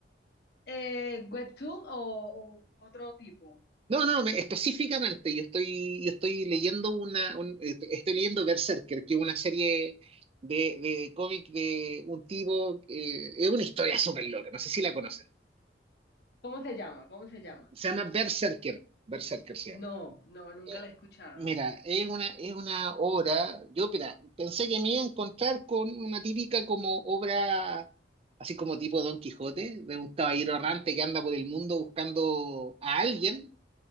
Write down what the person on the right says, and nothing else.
No, no, no, me- específicamente yo estoy, yo estoy leyendo una, un- eh, estoy leyendo Berserker, que es una serie de, de cómic de un tipo, eh, es una historia súper loca, no sé si la conoces.
Se llama Berserker, Berserker se
llama.
Eh,
mira, es una, es una obra, yo mira, pensé que me iba a encontrar con una típica como obra, así como tipo Don Quijote, de un caballero errante que anda por el mundo buscando a alguien